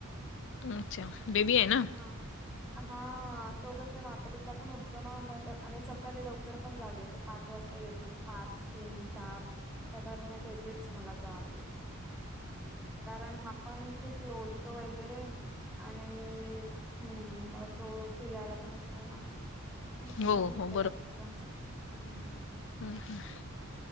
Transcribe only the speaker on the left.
अच्छा बेबी आहे. ना.
हो
हो
हम हम.